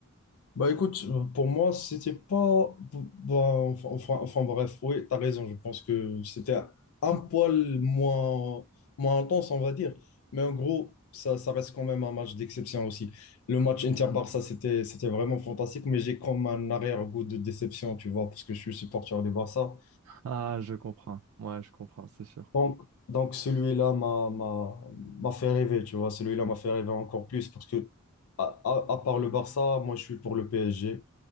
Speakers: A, on the left (about 75°); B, on the right (about 70°).
A: Bah écoute, euh, pour moi, c'était pas. bah, enfin, enfin, enfin, bref, oui, t'as raison, je pense que c'était un poil moins, moins intense, on va dire. Mais en gros, ça, ça reste quand même un match d'exception aussi. Le match Inter-Barça, c'était, c'était vraiment fantastique, mais j'ai comme un arrière-goût de déception, tu vois, parce que je suis supporter du Barça.
B: Ah, je comprends. Ouais, je comprends, c'est sûr.
A: Donc, donc celui-là m'a m'a- m'a fait rêver, tu vois. Celui-là m'a fait rêver encore plus parce que, à, à- à part le Barça, moi, je suis pour le PSG